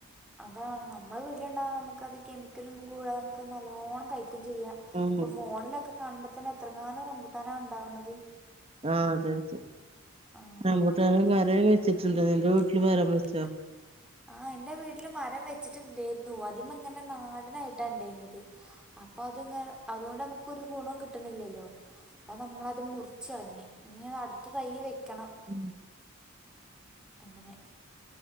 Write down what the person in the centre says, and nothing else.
അതാണ് നമ്മളെ വീട്ട്ല്ണ്ടായ നമക്കത് കെമിക്കലൊന്നും കൂടാതെ നമക്ക് നല്ലോണ്ണം കഴിക്കും ചെയ്യാ.
പ്പൊ ഫോണിലൊക്കെ കാണുമ്പ തന്നെ എത്രങ്ങാനും റംമ്പൂട്ടാനാ ഇണ്ടാവ്ണത്.
റംബുട്ടാന്
മരം വെച്ചിട്ടുണ്ട്
ആഹ് എൻറെ വീട്ട്ല് മരം വെച്ച്ട്ട്ണ്ടേര്ന്നു അതിമ്മങ്ങനെ നാട നായിട്ടാ ഇണ്ടെയ്ന്യത്. അപ്പത്ങ്ങെ അതോണ്ടമുക്കൊരു ഗുണം കിട്ട്ണില്ലല്ലോ. പ്പ നമ്മളത് മുറിച്ചളഞ്ഞ് ഇഞ് അട്ത്ത തയ്യ് വെക്കണം.
അങ്ങനെ